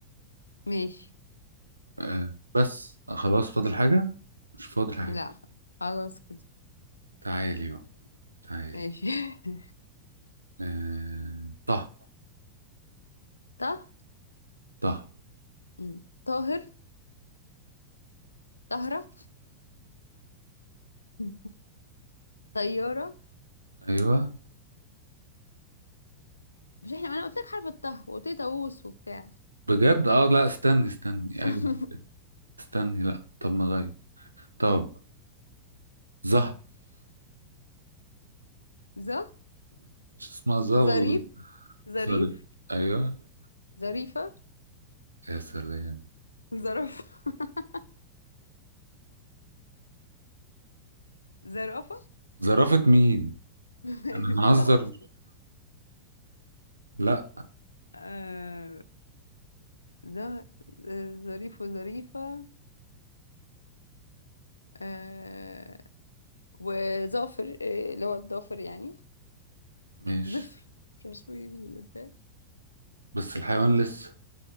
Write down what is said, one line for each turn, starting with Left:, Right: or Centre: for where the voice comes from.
Left: ماشي
Right: آه، بس خلاص فاضل حاجة مش فاضل حاجة
Left: لا خلاص كده
Right: تعالي بقى تعالي
Left: ماشي <laughs>
Right: آه... طه
Left: طه
Right: طه
Left: مم. طاهر طهرة <laughs> طيارة
Right: ايوه
Left: مش احنا ما انا قلت لك حرف الطه وقلت لي طاووس وبتاع
Right: بجد اه لا استني استني
Left: <laughs>
Right: ايوه استني لا طب نغير طب زه
Left: ظ
Right: <laughs> مش اسمها زه
Left: ظريف
Right: والله
Left: ظريف
Right: سوري ايوه
Left: ظريفة
Right: يا سلام
Left: ظرف <laughs> زرافة
Right: زرافة مين
Left: <laughs>
Right: انا مهزر
Left: ده
Right: لا
Left: آه ده آه، ظريف وظريفة آه وظافر آه، اللي هو الظافر يعني
Right: ماشي
Left: زفر مش عارفة اسمه ايه بالبلد.
Right: بس الحيوان لسه